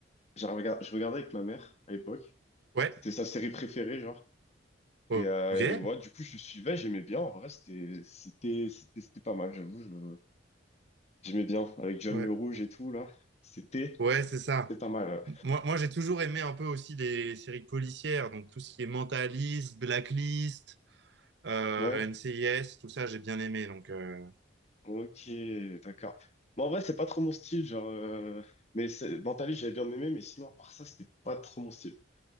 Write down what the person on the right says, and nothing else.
ouais,
o-
ok,
ouais,
ouais, c'est ça.
Moi, moi j'ai toujours aimé un peu aussi les séries policières, donc tout ce qui est Mentaliste, Blacklist, euh,
NCIS, tout ça, j'ai bien aimé. Donc, euh,